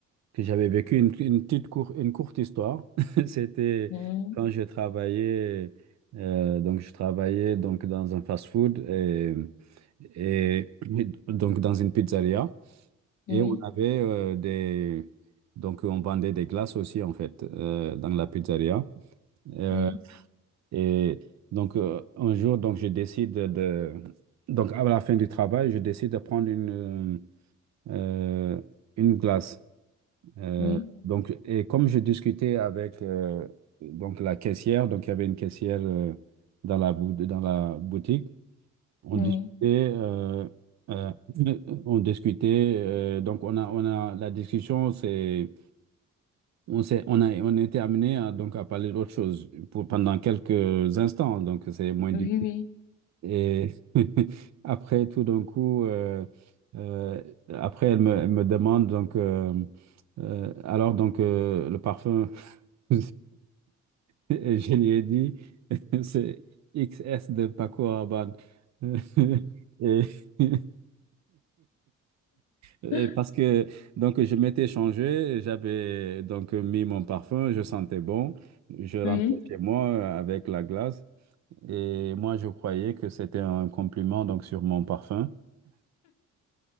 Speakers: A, on the right; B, on the left.
A: que j'avais vécu une, une petite cour- une courte histoire. <laughs> C'était
B: Mhm.
A: quand je travaillais, euh, donc je travaillais donc dans un fast-food et, et <clears throat> donc dans une pizzeria.
B: Oui,
A: Et on avait euh, des... Donc on vendait des glaces aussi en fait euh, dans la pizzeria. Euh,
B: oui,
A: et donc euh, un jour, donc je décide de... Donc à la fin du travail, je décide de prendre une, euh, euh, une glace. Euh,
B: oui,
A: donc, et comme je discutais avec euh, donc la caissière, donc il y avait une caissière euh, dans la, bou- dans la boutique, on
B: oui,
A: discutait, euh, euh, <clears throat> on discutait, euh, donc on a, on a la discussion, c'est, on s'est, on a, on a été amené à, donc à parler d'autre chose pour, pendant quelques instants, donc c'est moins
B: oui,
A: du
B: oui.
A: Et <laughs> après, tout d'un coup, euh, euh, après, elle me, elle me demande donc. euh, euh, alors donc euh, le parfum <laughs> Et je lui ai dit, <laughs> c'est XS de Paco Rabanne. <laughs> Et, <laughs> et
B: <laughs>
A: parce que donc je m'étais changé, j'avais donc mis mon parfum, je sentais bon. Je rentrais
B: Uhum. Oui.
A: chez moi avec la glace et moi je croyais que c'était un compliment donc sur mon parfum.